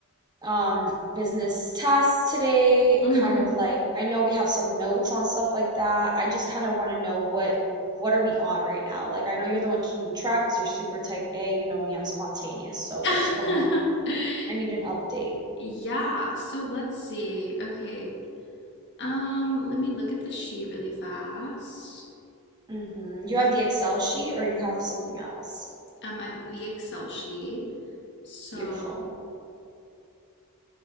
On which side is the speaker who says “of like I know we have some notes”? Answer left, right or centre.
Right